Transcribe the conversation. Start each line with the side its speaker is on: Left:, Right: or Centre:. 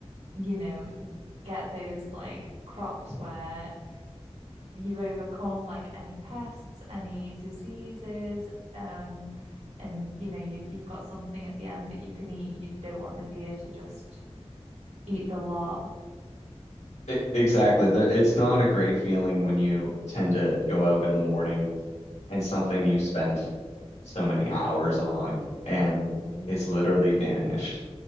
Right: you know, get those like crops where you've overcome like any pests, any diseases, um, and you know you you've got something at the end that you can eat. You don't want the deer to just eat the lot.
Left: I exactly, there, it's not a great feeling when you tend to go out in the morning and something you spent so many hours on and
Right: Mm.
Left: it's literally vanished.